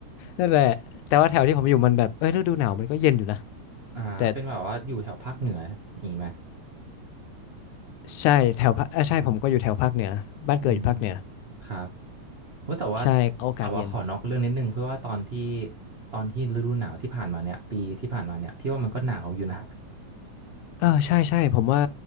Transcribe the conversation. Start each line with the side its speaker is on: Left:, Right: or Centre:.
Left: นั่นแหละแต่ว่าแถวที่ผมอยู่มันแบบเอ้ยฤดูหนาวมันก็เย็นอยู่นะ
Right: <laughs> อ่าเป็นแบบว่าอยู่แถวภาคเหนืออย่างนี้ไหม
Left: แต่ใช่แถวภาคเอยใช่ผมก็อยู่แถวภาคเหนือบ้านเกิดอยู่ภาคเหนือ
Right: อืมครับว่าแต่ว่า
Left: ใช่โอกาสเย็น
Right: แต่ว่าขอนอกเรื่องนิดนึงเพื่อว่าตอนที่ตอนที่ฤดูหนาวที่ผ่านมาเนี่ยปีที่ผ่านมาเนี่ยพี่ว่ามันก็หนาวอยู่นะ <laughs>
Left: เออใช่ใช่ผมว่า